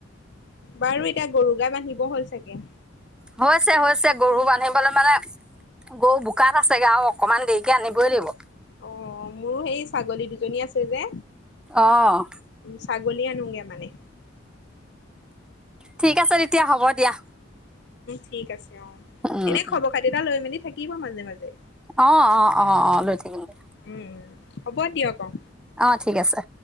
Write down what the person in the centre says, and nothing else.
হৈছে- হৈছে গৰু বান্ধিবলৈ মানে গৰু বোকাত আছেগে আৰু অকনমান দেৰিকে আনিবই দাগিব।
অহ',
ঠিক আছে তেতিয়া হব দিয়া।
উম
অহ - অহ - অহ - অহ লৈ থাকিম দে।
অহ' ঠিক আছে।